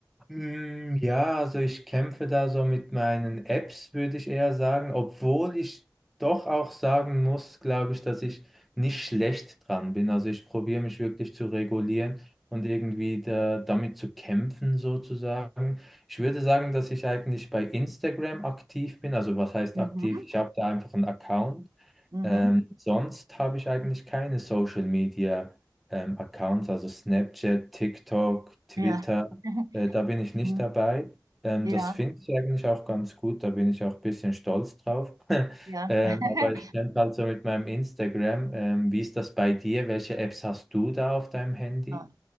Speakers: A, in the centre; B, on the right.
A: Mm, Ja, also ich kämpfe da so mit meinen Apps, würde ich eher sagen, obwohl ich doch auch sagen muss, glaube ich, dass ich nicht schlecht dran bin. Also ich probiere mich wirklich zu regulieren und irgendwie da, damit zu kämpfen sozusagen. Ich würde sagen, dass ich eigentlich bei Instagram aktiv bin. Also was heißt
B: Mhm,
A: aktiv? Ich habe da einfach einen Account.
B: mhm,
A: Ähm, sonst habe ich eigentlich keine Social Media ähm, Accounts, also Snapchat, TikTok, Twitter.
B: ja. <laughs>
A: Äh, da bin ich nicht
B: Mhm,
A: dabei. Ähm,
B: Ja,
A: das finde ich eigentlich auch ganz gut. Da bin ich auch ein bisschen stolz drauf. <laughs>
B: ja.
A: Ähm,
B: <laughs>
A: aber ich kämpfe halt so mit meinem Instagram. Ähm, wie ist das bei dir? Welche Apps hast du da auf deinem Handy?
B: Ah.